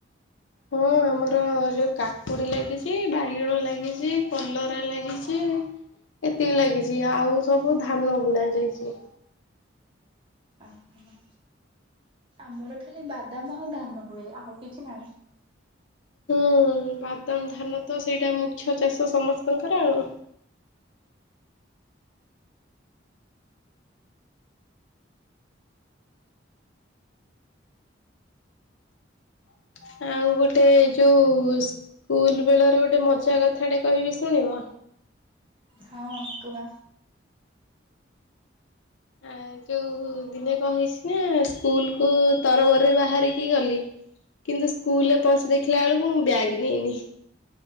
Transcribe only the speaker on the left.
ହୁଁ। ଆମର ଯୋଉ କାକୁଡି ଲାଗିଚି ବାଇଗଣ ଲାଗିଚି କଲରା ଲାଗିଚି। ଏତିକି ଲାଗିଚି ଆଉ ସବୁ ଧାନ ବୁଣା ଯାଇଚି।
ହୁଁ ବାଦାମ ଧାନ ତ ସେଇଟା ମୁଖ୍ୟ ଚାଷ ସମସ୍ତଙ୍କର ଆଉ। <inaudible> ଆଉ ଗୋଟେ ଯୋଉ ସ୍କୁଲ ବେଳର ଗୋଟେ ମଜା କଥାଟେ କହିବି ଶୁଣିବ।
ଆଁ। ଯୋଉ ଦିନେ କଣ କହିଚି ନା ସ୍କୁଲ କୁ ତରବରରେ ବାହାରିକି ଗଲି। କିନ୍ତୁ ସ୍କୁଲରେ ପହଞ୍ଚି ଦେଖିଲା ଅଳକୁ ମୁଁ ବ୍ୟାଗ ନେଇନି।